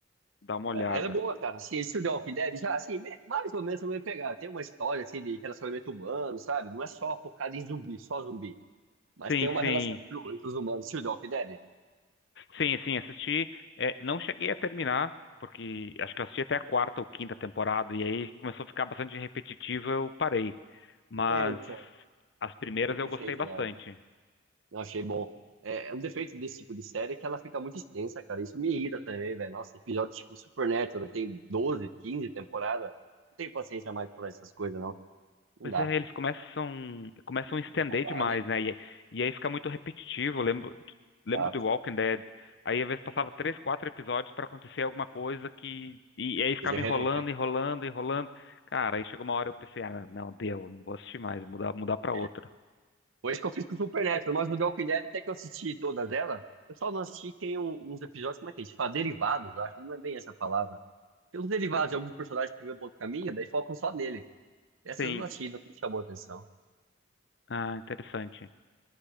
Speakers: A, on the left (about 60°); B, on the right (about 80°).
A: dar uma olhada.
B: É, Ela é boa, cara. Assim, esse The Walking Dead já, assim, me- mais ou menos também pegar. Tem uma história, assim, de relacionamento humano, sabe? Não é só focado em zumbi, só zumbi. Mas
A: Sim,
B: tem uma
A: sim.
B: relação entre os humanos. Se o The Walking Dead,
A: Sim, sim, assisti. É, não cheguei a terminar, porque acho que eu assisti até a quarta ou quinta temporada, e aí começou a ficar bastante repetitivo, eu parei. Mas
B: É, então.
A: as primeiras
B: o defeito
A: eu gostei bastante.
B: dela. Eu achei bom. É, é um defeito desse tipo de série é que ela fica muito extensa, cara. Isso me irrita também, velho. Nossa, episódio tipo Supernatural, que tem 12 15 temporadas. Não tenho paciência mais por essas coisas, não. Não
A: Pois
B: dá.
A: é, eles começam, começam a estender
B: Tem que rolar,
A: demais,
B: né?
A: né? E, e aí fica muito repetitivo. Eu Lembro, lembro
B: Tá.
A: do Walking Dead. Aí às vezes passava três, quatro episódios para acontecer alguma coisa que. E, e aí ficava
B: Seja relevante.
A: enrolando, enrolando, enrolando. Cara, aí chegou uma hora eu pensei, ah, não, deu, não vou assistir mais, vou mudar, mudar para
B: né?
A: outra.
B: Foi isso que eu fiz com o Supernatural, mas o The Walking Dead até que eu assisti todas elas. Eu só não assisti, tem um- uns episódios, como é que a gente fala? Derivados, acho. Não é bem essa palavra. Tem uns derivados de alguns personagens que vêm para outro caminho, daí focam só nele. Essas
A: Sim.
B: eu não assisti, não me chamou atenção.
A: Ah, interessante.